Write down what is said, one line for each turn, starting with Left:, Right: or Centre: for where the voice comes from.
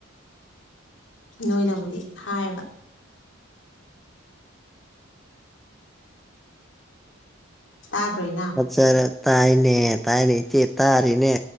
Left: ꯅꯣꯏꯅꯕꯨꯗꯤ ꯍꯥꯏꯕ ꯇꯥꯗꯔꯣ ꯏꯅꯥꯎ
Centre: ꯆꯔ ꯇꯥꯏꯅꯦ ꯇꯥꯏꯅꯦ ꯏꯆꯦ ꯇꯥꯔꯤꯅꯦ